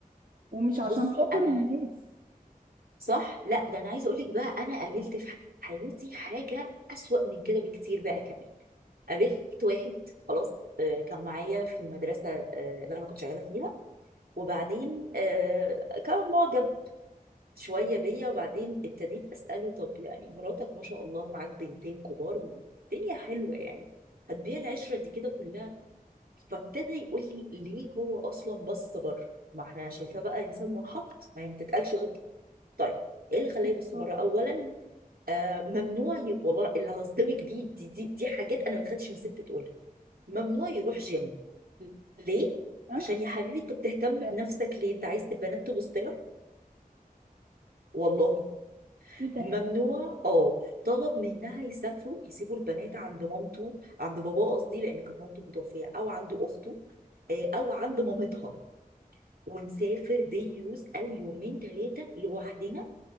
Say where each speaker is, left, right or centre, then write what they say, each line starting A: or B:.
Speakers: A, on the right (about 65°); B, on the right (about 80°).
A: ومش عشان
B: بصي
A: خاطر
B: انا
A: الناس
B: صح لا ده انا عايزه اقول لك بقى انا قابلت في حياتي حاجه اسوأ من كده بكتير بقى كمان قابلت واحد خلاص آه، كان معايا في المدرسه آه، اللي انا كنت شغاله فيها وبعدين آه، كان معجب شويه بيا وبعدين ابتديت اساله طب يعني مراتك ما شاء الله معاك بنتين كبار والدنيا حلوه يعني هتبيع العشره دي كده كلها فابتدى يقول لي ليه هو اصلا بص بره ما احنا شايفاه بقى انسان منحط ما هي ما تتقالش غير طيب ايه اللي خلاه
A: الله،
B: يبص بره اولا آه ممنوع ي... والله اللي هصدمك بيه دي, دي دي حاجات انا ما اتخدتش من ست تقولها ممنوع يروح جيم ليه
A: ها
B: عشان يا حبيبي انت بتهتم
A: ايه ده
B: بنفسك ليه انت عايز تبقى بنات تبص لك والله
A: ايه ده
B: ممنوع اه طلب منها يسافروا يسيبوا البنات عند مامته عند باباه قصدي لان كانت مامته متوفيه او عند اخته آه، او عند مامتها ونسافر دي يوز او يومين ثلاثه لوحدنا